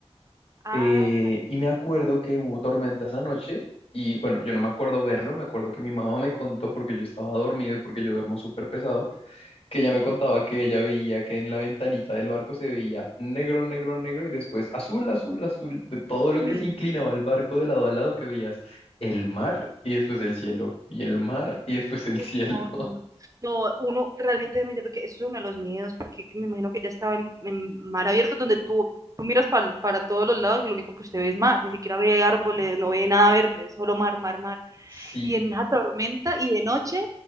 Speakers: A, on the right; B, on the left.
A: ah,
B: Eh, y me acuerdo que hubo tormenta esa noche y bueno, yo no me acuerdo verlo, me acuerdo que mi mamá me contó porque yo estaba dormido y porque yo duermo súper pesado, que ella me contaba que ella veía que en la ventanita del barco se veía negro, negro, negro y después azul, azul, azul, de todo lo
A: uy,
B: que se inclinaba el barco de lado a lado que veías el mar y después el cielo y el mar y después el
A: Uy,
B: cielo.
A: no,
B: <laughs>
A: no, no. No, uno realmente me que eso es uno de los miedos, porque me imagino que ya estaba en, en mar abierto, donde tú, tú miras pal- para todos los lados y lo único que usted ve es mar, ni siquiera ve árboles, no ve nada verde, solo mar, mar, mar.
B: Sí,
A: Y en una tormenta y de noche,